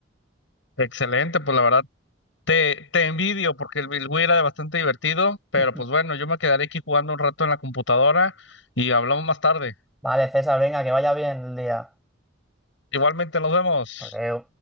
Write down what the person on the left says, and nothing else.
excelente, pues la verdad te, te envidio porque el, el Wii era bastante divertido, pero
pues bueno, yo me quedaré aquí jugando un rato en la computadora y hablamos más tarde.
Igualmente nos vemos.